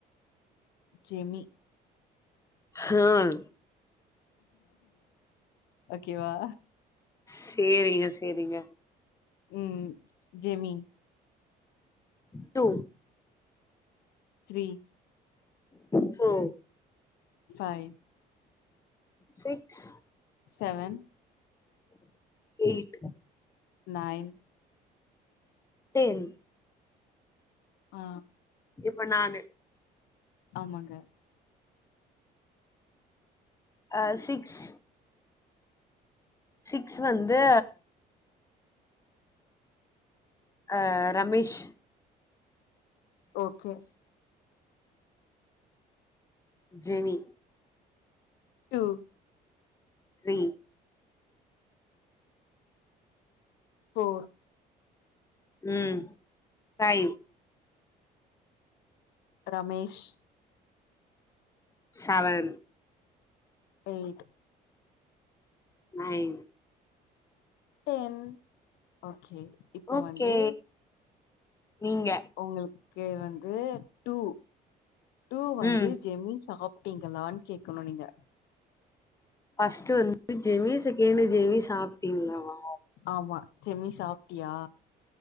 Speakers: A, on the left; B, on the left.
A: ஜெமி
B: ஹும்
A: ஓகேவா
B: சேரிங்க சேரிங்க
A: ம் ம் Jemi
B: two
A: three
B: four
A: five
B: six
A: seven
B: eight
A: nine
B: ten
A: ஆ
B: இப்ப நானு
A: ஆமாங்க
B: ஆ சிக்ஸ் சிக்ஸ் வந்து ஆ Ramesh
A: okay
B: Jemi
A: two
B: three
A: four
B: ம் five
A: Ramesh
B: seven
A: eight
B: nine
A: ten okay இப்போ
B: ஓகே
A: வந்து
B: நீங்க
A: உங்களுக்கு வந்து டூ டூ வந்து
B: ம்
A: ஜெமி சாப் சாப்டீங்களானு கேக்கணும் நீங்க
B: ஃபர்ஸ்டு வந்துட்டு ஜெமி செகண்ட்டு ஜெமி சாப்ட்டீங்களாவா
A: ஆமா ஜெமி சாப்ட்டியா